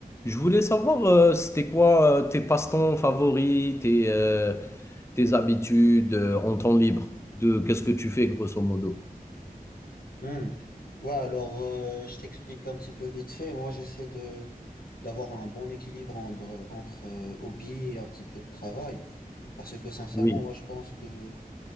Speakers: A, on the left; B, on the left.
A: Je voulais savoir, euh, c'était quoi euh, tes passe-temps favoris, tes, euh, tes habitudes euh, en temps libre, de qu'est-ce que tu fais grosso modo?
B: Hmm. Ouais, alors euh, je t'explique un petit peu vite fait. Moi, j'essaie de d'avoir un bon équilibre entre, entre euh, hobby et un petit peu de travail. Parce que sincèrement,
A: Oui,
B: moi, je pense que